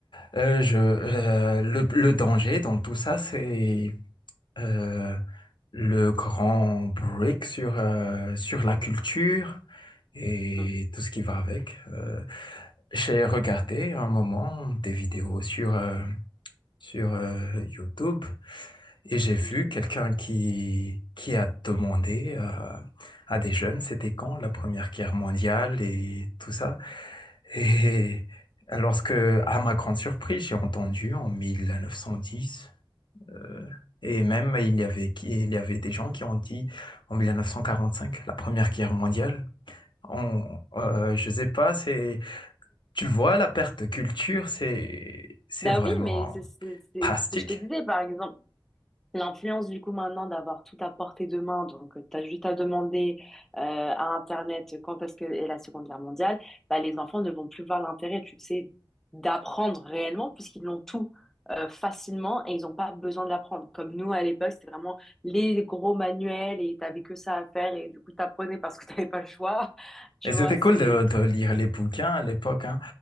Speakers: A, on the left; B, in the centre.
A: Et, euh, je, euh, le, le danger dans tout ça, c'est euh, le grand break sur, euh, sur la culture et
B: Mm.
A: tout ce qui va avec. Euh, j'ai regardé un moment des vidéos sur, euh, sur euh, YouTube et j'ai vu
B: mm, mm.
A: quelqu'un qui, qui a demandé à à des jeunes, c'était quand la Première Guerre mondiale et tout ça. Et lorsque, à ma grande surprise, j'ai entendu en 1910, euh, et même il y avait, qui- il y avait des gens qui ont dit en 1945, la Première Guerre mondiale. On, euh, je sais pas, c'est, tu vois, la perte de culture, c'est, c'est
B: Bah
A: vraiment
B: oui, mais c'est c'est- c'est-
A: drastique.
B: c'est ce que je te disais, par exemple. L'influence, du coup, maintenant, d'avoir tout à portée de main, donc tu as juste à demander euh, à Internet quand est-ce que est la Seconde Guerre mondiale, bah, les enfants ne vont plus voir l'intérêt, tu sais, d'apprendre réellement, puisqu'ils l'ont tout euh, facilement et ils n'ont pas besoin de l'apprendre. Comme nous, à l'époque, c'était vraiment les gros manuels et tu que ça à faire et du coup, tu apprenais parce que tu n'avais pas le choix. <laughs> Tu
A: Et c'était
B: vois, c'est...
A: cool de, de lire les bouquins à l'époque, hein.